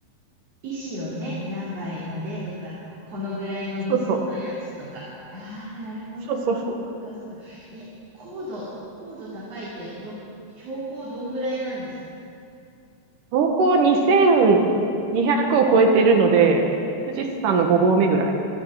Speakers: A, on the right; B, on the right.
A: 石をね、何倍までとか、ここのぐらいの度数のやつとか。
B: そうそう。
A: ああ、なるほどね。
B: そうそうそう。
A: そっか、そっか。え、高度、高度高いって、ど、標高どんぐらいなんですか
B: 標高2200を超えてるので、富士山の5合目ぐらい。